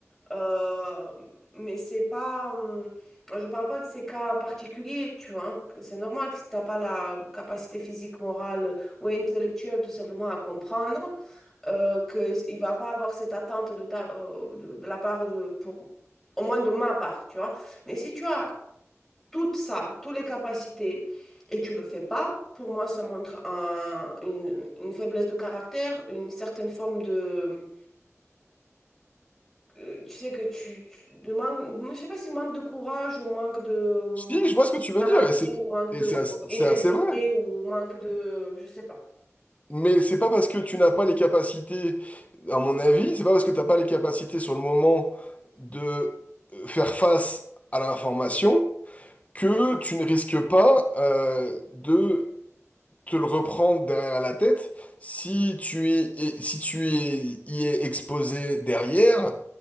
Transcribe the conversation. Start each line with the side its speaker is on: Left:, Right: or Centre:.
Centre: euh, mais c'est pas. hum, je parle pas de ces cas particuliers, tu vois. hein, que C'est normal que si t'as pas la capacité physique, morale ou intellectuelle tout simplement à comprendre, euh, que il va pas avoir cette attente de ta, euh, de, de la part de, pour, au moins de ma part, tu vois. Mais si tu as tout ça, toutes les capacités et tu le fais pas, pour moi, ça montre un- une, une faiblesse de caractère, une certaine forme de euh, tu sais que tu, tu- de manque, je sais pas si manque de courage ou manque de euh,
Left: Si, je vois ce que tu veux
Centre: caractère
Left: dire et c'est
Centre: ou manque
Left: et
Centre: de
Left: c'est assez,
Centre: euh, intégrité
Left: c'est assez vrai.
Centre: ou manque de, je sais pas.
Left: Mais c'est pas parce que tu n'as pas les capacités, à mon avis, c'est pas parce que tu n'as pas les capacités sur le moment de euh, faire face à l'information que tu ne risques pas euh, de te le reprendre derrière la tête si tu y es, si tu y es, y es exposé derrière